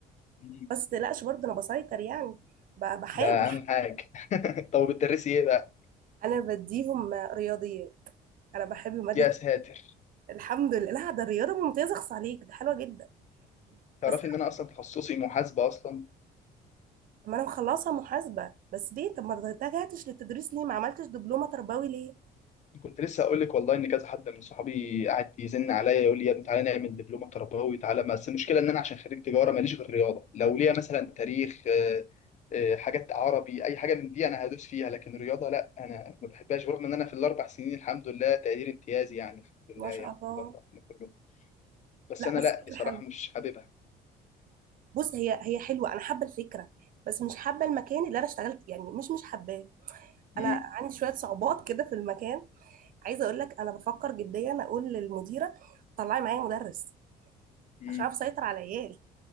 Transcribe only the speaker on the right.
بس متقلقش برضه انا بسيطر يعني ب- بحاول
<laughs> انا بديهم رياضيات انا بحب ماده
الحمد لله لا ده الرياضه ممتازه اخص عليك ده حلوه جدا
بس
طب ما انا مخلصها محاسبه بس ليه طب ما اتجهتش للتدريس ليه ما عملتش دبلومه تربوي ليه
ما
شاء
الله
لا
بس
فكره
حلوه
بص هي هي حلوه انا حابه الفكره بس مش حابه المكان اللي انا اشتغلت يعني مش مش حباه انا
عندي شويه صعوبات كده في المكان عايزه اقول لك انا بفكر جديا اقول للمديره طلعي معايا مدرس
عشان اعرف اسيطر على العيال